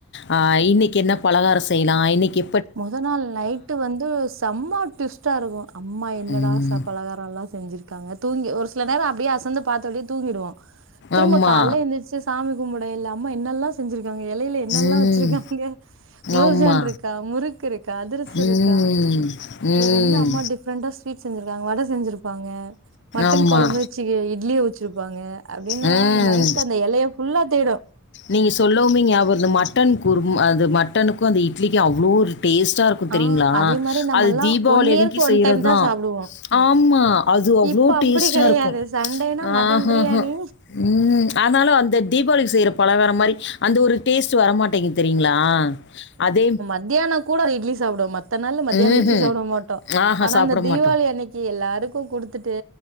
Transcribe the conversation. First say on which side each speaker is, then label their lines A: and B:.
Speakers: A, on the left; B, on the right.
A: ஆ இன்னைக்கு என்ன பலகார செய்லா இன்னைக்கி
B: மொத நாள் நைட்டு வந்து செம்மா டுவிஸ்ட்டா இருக்கும் அம்மா என்னடா
A: ம்.
B: சா பலகார ல்லா செஞ்சிருக்காங்க தூங்கி ஒரு சில நேரம் அப்டியே அசந்து பாத்து அப்டியே தூங்கிருவோ திரும்ப
A: ஆமா.
B: கால எந்திரிச்சு சாமி கும்பிடயில அம்மா என்னெல்லா செஞ்சிருக்காங்க எலையில என்னெல்லா
A: ம்.
B: வச்சிருக்காங்க குளோப்ஜான்
A: ஆமா.
B: இருக் கா முறுக்கு இருக்கா அதிரசு
A: ம்.
B: இருக்கா
A: ம்.
B: வேற என்ன அம்மா டிஃப்ரெண்டா ஸ்வீட் செஞ்சிருக்காங்க வட செஞ்சிருப்பாங்க மட்டன்
A: ஆமா.
B: கொழம்புச்சி இட்லிய வெச்சிருப்பாங்க அப்டின்னு
A: ம்
B: அந்த மைட்டு அந்த எலைய ஃபுல்லா தேடும்
A: நீங்க சொல்லவுமே ஞாபக வருது இந்த மட்டன் குருமா அந்த மட்டனுக்கு அந்த இட்லிக்கு அவ்வளோ ஒரு டேஸ்ட்டா இருக்கும் கு தெரியுங்களா
B: ஆ அதே மாரி நம்மல்லா
A: அது தீபாவளிக்கு
B: ஒன் இயர்க்கு
A: அன்னைக்கு
B: ஒன்
A: செய்றதுதா
B: டைம் தா சாப்டுவோ
A: ஆமா அது அவ்வளோ
B: இப்ப அப்டி
A: டேஸ்ட்டா
B: கெடையாது
A: இருக்கு
B: சண்டேனா மட்டன்
A: ஆ ஹ
B: பிரியாணி
A: ஹ ம் ஆனாலு அந்த தீபாவளிக்கு செய்கிற பலகாரம் மாரி அந்த ஒரு டேஸ்ட் வரமாட்டேங்குது தெரியுங்களா அதே
B: மத்தியான கூடோ இட்லி சாப்டுவ மத்த நாள்ல மத்தியான
A: ம்ஹ்ம்.
B: இட்லி சாப்புட மாட்டோ
A: ஆஹா
B: ஆனா
A: சாப்பிட
B: அந்த தீபாவளி
A: மாட்டோம்.
B: அன்னைக்கு எல்லாருக்கு குடுத்துட்டு